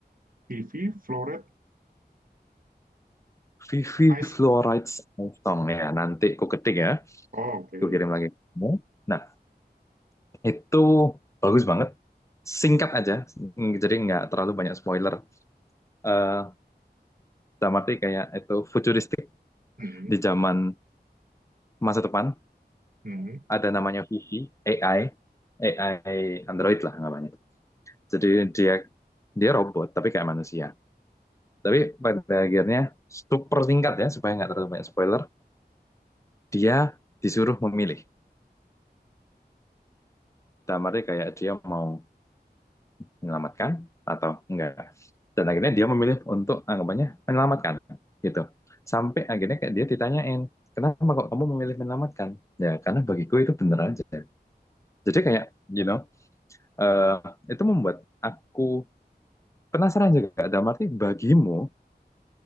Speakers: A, on the right; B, on the left.
A: Vivi Floret
B: Vivi
A: Ice
B: Fluoride Eye Song ya. Nanti aku ketik ya,
A: oh, oke
B: aku kirim lagi. Nah, itu bagus banget. Singkat aja, jadi nggak terlalu banyak spoiler. Eh Dalam arti kayak itu futuristik
A: hmm
B: di zaman masa depan.
A: hmm
B: Ada namanya Vivi, AI, AI Android lah namanya. Jadi dia dia robot tapi kayak manusia. Tapi pada akhirnya super singkat ya supaya nggak terlalu banyak spoiler. Dia disuruh memilih. Dalam arti kayak dia mau menyelamatkan atau enggak. Dan akhirnya dia memilih untuk anggapannya menyelamatkan gitu. Sampai akhirnya kayak dia ditanyain, kenapa kok kamu memilih menyelamatkan? Ya karena bagiku itu bener aja. Jadi kayak, you know, eh, itu membuat aku penasaran juga. Dalam arti bagimu,